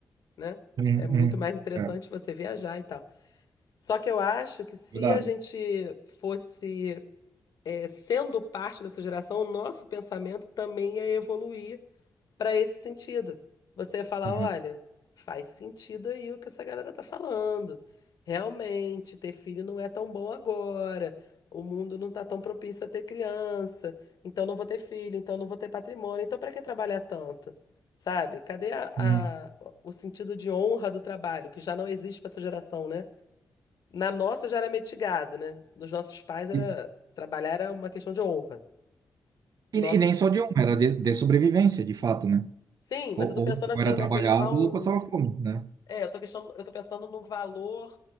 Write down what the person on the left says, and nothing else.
né?
É muito
mais interessante
você viajar e tal. Só que eu acho que se
a gente fosse é, sendo parte dessa geração, o nosso pensamento também ia evoluir para esse sentido. Você ia falar,
olha, faz sentido aí o que essa galera tá falando. Realmente, ter filho não é tão bom agora. O mundo não tá tão propício a ter criança. Então não vou ter filho, então não vou ter patrimônio. Então para que trabalhar tanto? Sabe? Cadê a- a-
o sentido de honra do trabalho, que já não existe para essa geração, né? Na nossa já era metigado, né? Nos nossos pais era
trabalhar era uma questão de honra.
Nosso...
Sim, mas
eu
tô pensando
assim
na questão,
é, eu tô questão, eu tô pensando no valor